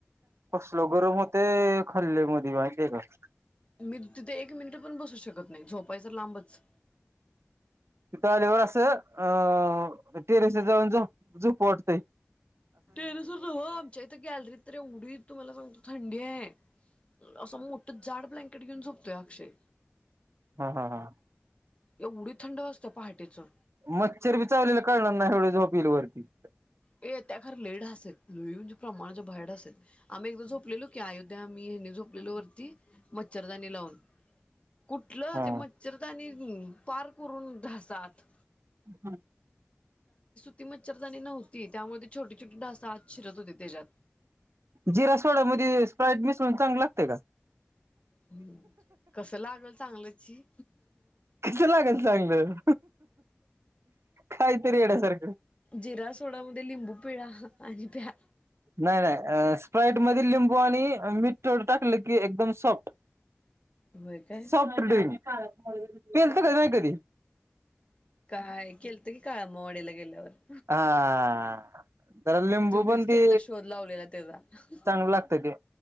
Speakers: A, on the right; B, on the left.
A: कसल गरम होते खल्ले मध माहिती का
B: मी तिथे एक मिनिट पण बसू शकत नाही झोपायचं लांबच
A: तलीवर असं अं टेरिस जाऊन झूप वाटतेय
B: टेरेसर आमच्या इथे गॅलरीत तर एवढी तुम्हाला सांगतो थंडी आहे असं मोठं जाड ब्लँकेट घेऊन झोपतोय अक्षय
A: हम हा हा
B: एवढी थंड वा असते पहाटेचं
A: मच्छर बी चावलेले कळणार ना एवढे झॉपिील वरती
B: ए त्या खर लेढ असेल लोई प्रमाणाच्या बाहेर असेल आम्ही एकदा झोपलेलो की अयोध्या आम्ही हनी झोपलेलो वरती मच्छरदानी लावून कुठलं
A: हा
B: ते मच्छरदानी पार करून धासात
A: हा
B: ति मच्छदानी नाव छटी छोटी ढासा आज शिरत होते त्याच्यात
A: जिरा सोडा मध्ये स्प्राईट मिसळून चांग लागते का
B: हम्म कस लागेल चांगल्याची
A: कस लागल चांगलं काहीतरी येड्यासारखं
B: जिरा सोडा म लिंबू पिळा आणि प्या.
A: नाही, नाही स्प्राईट म लिंबू आणि मीठ थोडं टाकलं की एकदम सॉफ्ट.
B: होय काय?
A: सॉफ्टड्रिंक पीलत काय नाय कधी?
B: काय? केलत की काळम्मावाडीला गेल्यावर
A: हा आ आ. जरा लिंबु
B: तुम्हीच
A: पण
B: केलता
A: ते
B: शोध लावलेला त्याचा
A: चांगलं लागतय ते.